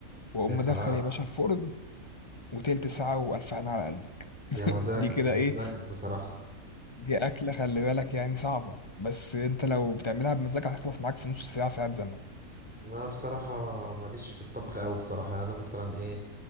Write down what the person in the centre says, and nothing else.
يا سلام
يا مزاجك
يا مزاجك
بصراحه
انا بصراحه ماليش في الطبخ قوي بصراحه يعني انا مثلا ايه